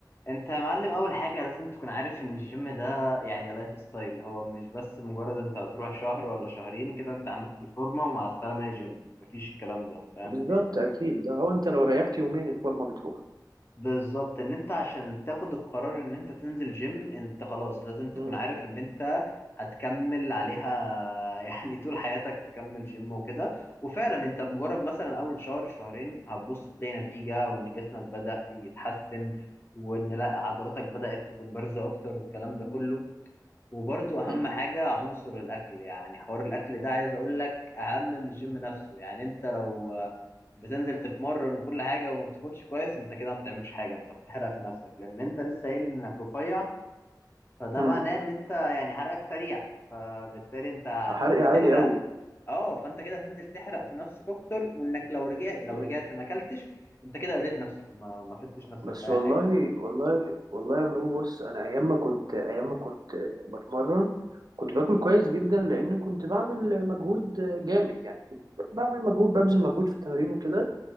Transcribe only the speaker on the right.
بالظبط
اكيد ده هو انت لو ريحت يومين الفورمة بتروح
مم.
مم.
مم.
حرق
عالي قوي
مم.
بس
والله
والله والله يا برو بص انا ايام ما كنت ايام ما كنت بتمرن كنت باكل كويس جدا لان كنت بعمل مجهود جامد يعني كنت بعمل مجهود ببذل مجهود في التمرين وكده